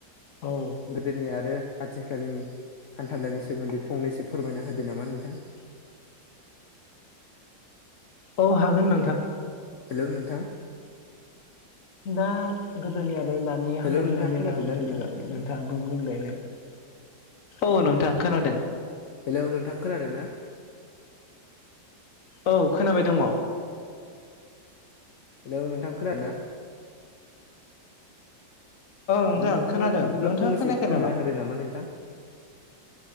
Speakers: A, on the left (about 55°); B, on the left (about 70°).
A: औ-
B: गोदोनि आरो आथिखालनि हान्था मेलानि सोमोन्दै फंनैसो फोरमायना होदो नामा नोंथां?
A: औ हागोन नोंथां।
B: हेलौ नोंथां
A: दा गोदोनि आरो दानि
B: हेलौ
A: हान्थालानि
B: नोंथाङा खोनादोंना
A: राहाफोरनि
B: नोंथां
A: बागै नोंथां बुंलायनो औ नोंथां खोनादों
B: हेलौ नोंथां खोनादों ना?
A: औ खोनाबाय दङ
B: हेलौ नोंथां खोनादों ना?
A: नोंथां
B: हेलौ नोंथाङाबो
A: खोनादों
B: बिदिब्ला
A: नोंथाङा
B: फंनैसो
A: खोनायाखै
B: फोरमायना होदो नामा नोंथां?